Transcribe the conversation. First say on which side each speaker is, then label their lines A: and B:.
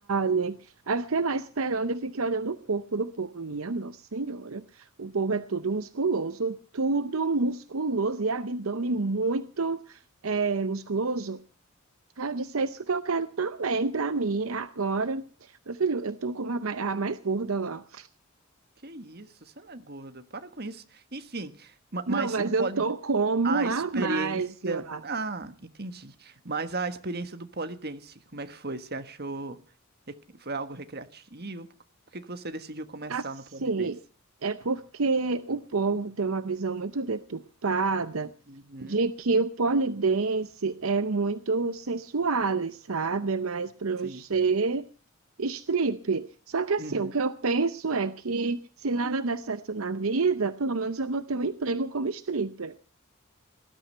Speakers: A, on the right; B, on the right.
A: Aí eu fiquei lá esperando e fiquei olhando o corpo do povo. Minha Nossa Senhora, o povo é tudo musculoso, tudo musculoso e abdômen muito eh, musculoso. Aí eu disse, é isso que eu quero também pra mim, agora. Meu filho, eu tô como a mai- a mais gorda lá.
B: que isso, você não é gorda, para com isso. Enfim, ma-
A: Não,
B: mas
A: mas
B: o poli...
A: eu tô como
B: a
A: a
B: experiência.
A: mais lá.
B: Ah, entendi. Mas a experiência do polidense, como é que foi? Você achou. re- Foi algo recreativo? Por que que você decidiu começar
A: Assim,
B: no polidense?
A: é porque o povo tem uma visão muito deturpada
B: Uhum,
A: de que o polidense é muito sensual, e sabe? É mais crochê,
B: sim.
A: strip. Só que assim,
B: Uhum.
A: o que eu penso é que se nada der certo na vida, pelo menos eu vou ter um emprego como stripper.